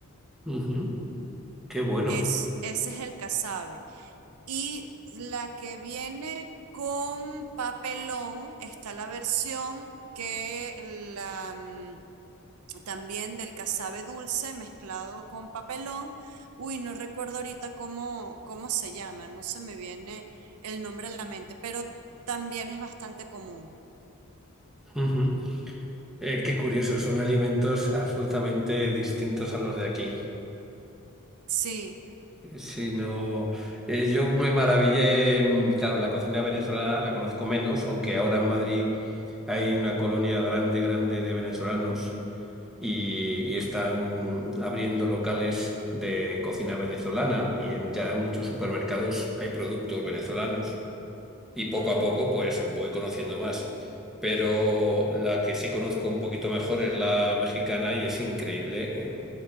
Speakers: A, in the centre; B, on the right.
A: Ujú. Qué bueno.
B: Es, ese es el casabe. Y la que viene con papelón está la versión que la, mm, también del casabe dulce mezclado con papelón. Uy, no recuerdo ahorita cómo, cómo se llama, no se me viene el nombre a la mente, pero también es bastante común.
A: Ujú. Eh, qué curioso, son alimentos absolutamente distintos a los de aquí.
B: Sí,
A: Si no, eh, yo me maravillé, mm, claro, la cocina venezolana la conozco menos, aunque ahora en Madrid hay una colonia grande, grande de venezolanos y, y están abriendo locales de cocina venezolana y en ya muchos supermercados hay productos venezolanos. y poco
B: mm,
A: a poco pues voy conociendo más. Pero la que sí conozco un poquito mejor es la mexicana y es increíble. eh,